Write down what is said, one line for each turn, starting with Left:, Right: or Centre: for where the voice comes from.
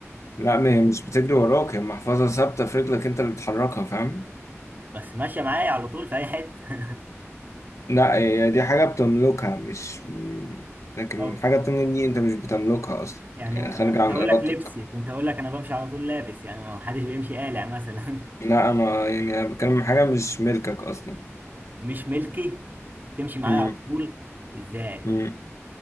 Left: لا ما هي مش بتجري وراك هي محفظة ثابتة في رجلك انت اللي بتحركها فاهم
Right: بس ماشية معايا على طول في اي حتة
Left: لا هي دي حاجة بتملكها مش
Right: <laughs>
Left: لكن
Right: طب
Left: حاجة تانية دي انت مش بتملكها اصلا
Right: يعني
Left: يعني
Right: انا
Left: خارجة
Right: كنت
Left: عن
Right: هقول
Left: ارادتك
Right: لك لبسي كنت هقول لك انا بمشي على طول لابس يعني ما حدش بيمشي قالع مثلا
Left: لا انا يعني انا بتكلم عن حاجة مش ملكك اصلا
Right: <laughs> مش ملكي بتمشي معايا
Left: امم
Right: على طول ازاي
Left: امم